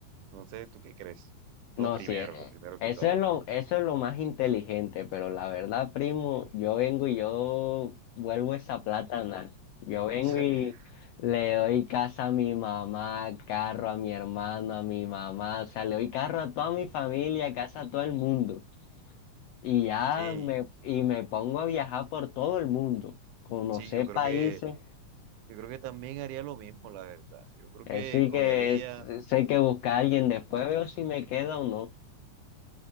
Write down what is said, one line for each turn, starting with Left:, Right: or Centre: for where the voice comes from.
Right: No sé, ¿tú qué crees? Lo
Left: No,
Right: primero,
Left: sí, e-
Right: lo primero
Left: eso
Right: que todo.
Left: es lo, eso es lo más inteligente, pero la verdad, primo, yo vengo y yo vuelvo esa plátana. Yo vengo
Right: <laughs>
Left: y le doy casa a mi mamá, carro a mi hermano, a mi mamá, o sea, le doy carro a toda mi familia, casa a todo el mundo. Y ya
Right: Sí,
Left: me, y me pongo a viajar por todo el mundo, conocer
Right: sí, yo creo
Left: países.
Right: que, yo creo que también haría lo mismo, la verdad. Yo creo
Left: Así
Right: que cogería
Left: que es- sé que buscar a alguien, después veo si me queda o no.